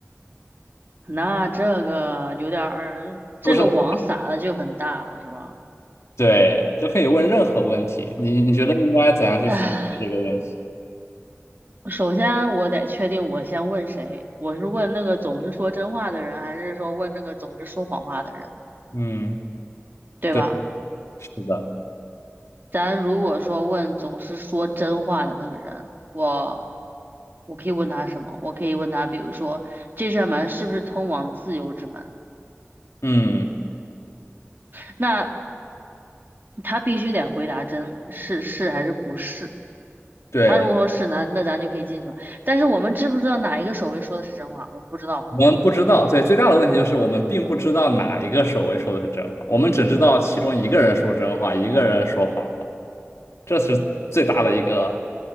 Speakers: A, on the right; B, on the left.
A: 那这个有点儿，这个网撒的就很大了，
B: 是是？不
A: 是吧？
B: 对，就可以问任何问题。你你觉得应该怎样去分析这个问题？
A: 唉，首先我得确定我先问谁，我是问那个总是说真话的人，还是说问那个总是说谎话的人，
B: 嗯，
A: 对吧？
B: 对，是的，
A: 咱如果说问总是说真话的那个人，我我可以问他什么？我可以问他，比如说这扇门是不是通往自由之门？
B: 嗯，
A: 那他必须得回答真是是还是不是。
B: 对，
A: 他如果说是，那那咱就可以进去了。但是我们知不知道哪一个守卫说的是真话？我们不知道吧？
B: 我们不知道。对，最大的问题就是我们并不知道哪一个守卫说的是真话，我们只知道其中一个人说真话，一个人说谎话，这是最大的一个